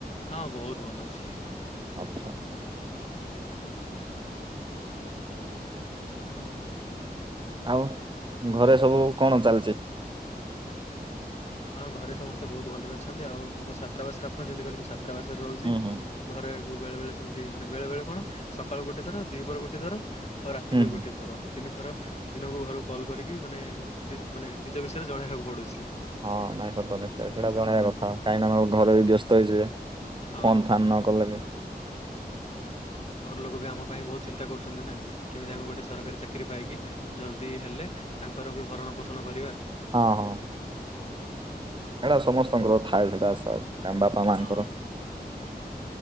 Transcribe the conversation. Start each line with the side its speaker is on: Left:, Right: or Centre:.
Left: ହଁ ବୋହୁତ ଭଲ ଅଛି।
Right: ଆଛା ଆଛା। ଆଉ ଘରେ ସବୁ କଣ ଚାଲଚି?
Left: ହଁ ଘରେ ସମସ୍ତେ ବୋହୁତ ଭଲରେ ଅଛନ୍ତି ଆଉ ମୁଁ ତ ଛାତ୍ରାବାସରେ ଆପଣ ଯେମିତି କହିଲେ ମୁଁ ଛାତାବାସରେ ରହୁଚି।
Right: ହୁଁ ହୁଁ
Left: ଘରେ ବୋଉ ବେଳେ ବେଳେ ସେମିତି ମାନେ ବେଳେ ବେଳେ କଣ ସକାଳୁ ଗୋଟେ ଥର ଦିହପରେ ଗୋଟେ ଥର ଆଉ ରାତିରେ
Right: ହୁଁ ହୁଁ।
Left: ଗୋଟିଏ ଥର ତିନି ଥର ଦିନକୁ ଘରକୁ କଲ୍ କରିକି ମାନେ ଦିନ୍ ମାନେ ନିଜ ବିଷୟରେ ଜଣେଇବାକୁ ପଡୁଚି।
Right: ହଁ ନାଇଁ ସତ ନିଶ୍ଚୟ ସେଟା ଜଣେଇବା କଥା କାହିଁକିନା ତମ ଘରେ ବି ବ୍ୟସ୍ତ ହେଇଯିବେ।
Left: ହଁ
Right: ଫୋନ୍ ଫାନ୍ ନ କଲେ ବି।
Left: ଘର ଲୋକ ବି ଆମ ପାଇଁ ବୋହୁତ ଚିନ୍ତା କରୁଛନ୍ତି ନା। କେମିତି ଆମେ ଗୋଟେ ସରକାରୀ ଚାକିରି ପାଇକି ଜଲଦି ହେଲେ ତାଙ୍କର ବି ଭରଣ ପୋଷଣ କରିବା।
Right: ହଁ ହଁ। ସେଟା ସମସ୍ତଙ୍କର ଥାଏ ସେଟା ଆଶା ଆମ ବାପା ମାଆଙ୍କର।
Left: ହଁ